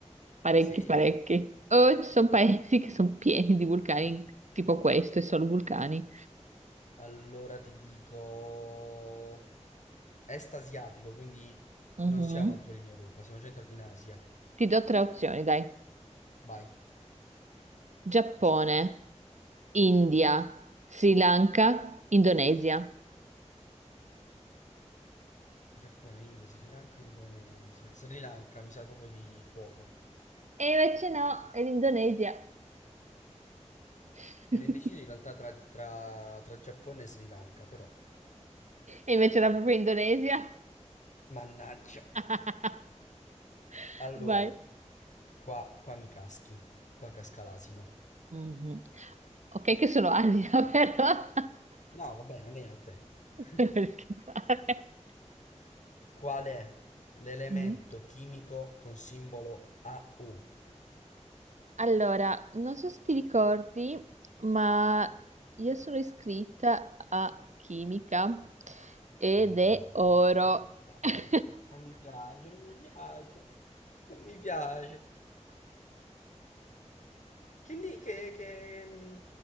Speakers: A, on the right; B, on the left.
A: parecchi,
B: Sì,
A: parecchi. Oh, ci sono paesi che sono pieni di vulcani, tipo questo, e solo vulcani.
B: allora ti dico... Est asiatico, quindi
A: Mhm.
B: non siamo ancora in Europa, siamo già entrati in Asia.
A: Ti do tre opzioni, dai.
B: Vai.
A: Giappone, India, Sri Lanka, Indonesia.
B: Giappone, India, Sri Lanka, Indonesia. Sri Lanka, mi sa proprio di fuoco.
A: E invece no, è l'Indonesia. <laughs>
B: Ero indeciso in realtà tra, tra- tra Giappone e Sri Lanka, però.
A: E invece era proprio Indonesia.
B: Mannaggia.
A: <laughs>
B: Allora,
A: Vai.
B: qua, qua mi caschi. Qua casca l'asino.
A: Mhm. Ok, che sono Asia, <laughs> però.
B: No, vabbè, non era a te.
A: <laughs>
B: <laughs>
A: Per scherzare.
B: Qual è l'elemento
A: Mm.
B: chimico con simbolo AU?
A: Allora, non so se ti ricordi, ma io sono iscritta a chimica ed
B: Eh no,
A: è oro.
B: mi- non mi piace.
A: <laughs>
B: Non mi piace, non mi piace. Non mi piace. Che, indi- che, che, mm,